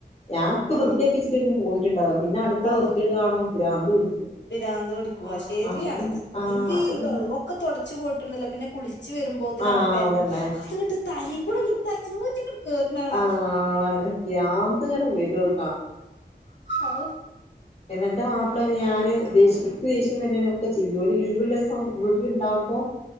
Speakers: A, on the left; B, on the left.
A: ഞാനൊക്കെ
B: ആഹ്
A: വൃത്തിയാക്കി വെച്ച്ട്ടെരിക്കും പോന്ന്ട്ട്ണ്ടാവ പിന്നെ അടുക്കള
B: പോന്നിട്ടുണ്ട്
A: വൃത്യേട് കാണുമ്പോ പിരാന്ത് പിടിക്കും
B: പിരാന്ത് പിടിക്കും
A: ആഹ്
B: ശെരിയാണത്
A: അത് ആഹ്
B: ഇൻക്കീ
A: അത്
B: ഒക്കെ തൊടച്ച് പോയിട്ട്ണ്ടല്ലോ പിന്നെ കുളി ച്ച് വെരുമ്പോത്തിന്
A: ആഹ്
B: അവിടെ പെരന്നു
A: അതന്നെ
B: അത്ട്ട് തലീക്കുടെങ്ങട്ട് തലചോറ്റ്ക്ക്ങ്ങ കേർണാണ
A: ആഹ് അതാണ് ഭ്രാന്ത് ഇങ്ങനെ വരും അത്
B: ആ
A: ന്റെ മാപ്പള അയ്ന് ഞാന് ദേഷ്യം ഇക്ക് ദേഷ്യംവെര്നെന് ഒക്കെ ചെയ്യും ഓല് ലീവ്ള്ളസം വീട്ട്ല്ണ്ടാ പ്പോ